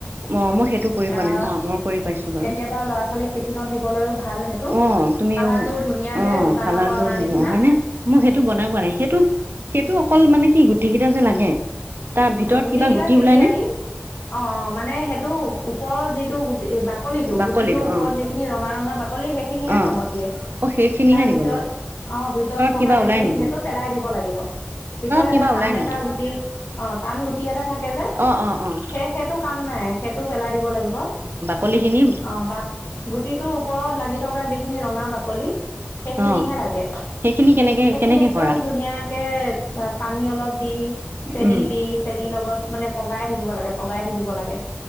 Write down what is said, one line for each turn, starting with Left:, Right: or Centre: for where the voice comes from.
Right: অ', মই সেইটো কৰি পোৱা
Left: আহ
Right: নাই, মই আমৰ, কৰি পাইছো বাৰু
Left: কেতিয়াবা ল'ৰা ছোৱালীক টিফিনত দিবলৈও ভাল সেইটো
Right: অ'। তুমি
Left: কালাৰটো
Right: অ',
Left: ধুনীয়া যে দোকানৰ
Right: কালাৰ
Left: পৰা
Right: ধুনীয়া
Left: অনা নিচিনা
Right: হয় ন মই সেইটো বনাই পোৱা নাই সেইটো সেইটো অকল মানে কি, গুটিকেইটা যে লাগে। তাৰ ভিতৰত
Left: গুটি,
Right: কিবা
Left: কেইটা ছিগি
Right: ওলাই নে
Left: আনি অ', মানে সেইটো ওপৰৰ যিটো বাকলি টো
Right: বাকলিটো
Left: গুটিটো, ওপৰত
Right: অ
Left: যিখিনি ৰঙা -ৰঙা বাকলি সেইখিনিহে
Right: অ
Left: কামত দিয়ে।
Right: অ', সেইখিনিহে
Left: তাৰ
Right: দিব
Left: ভিতৰত
Right: লাগে।
Left: অ', ভিতৰত থকা
Right: কিবা
Left: সেইখিনি
Right: ওলাই নেকি?
Left: সেইটো পেলাই দিব লাগিব ভিতৰত
Right: কিবা
Left: এটা টান
Right: ওলাই নেকি?
Left: এটা গুটি অ', টান গুটি এটা থাকে যে,
Right: অ', অ', অ',
Left: সেই-সেইটো কাম নাই সেইটো পেলাই দিব লাগিব।
Right: কলিখিনি।
Left: অ', বা গুটিটোৰ, ওপৰত লাগি থকা যিখিনি ৰঙা বাকলি সেইখিনিহে
Right: অ',
Left: লাগে।
Right: সেইখিনি কেনেকে
Left: সেইখিনি
Right: কেনেকে
Left: একদম
Right: কৰা?
Left: ধুনীয়াকৈ পানী অলপ দি। চেনী
Right: উম,
Left: দি চেনী, লগত মানে পগাই থাকিব লাগে, পগাই থাকিব লাগে।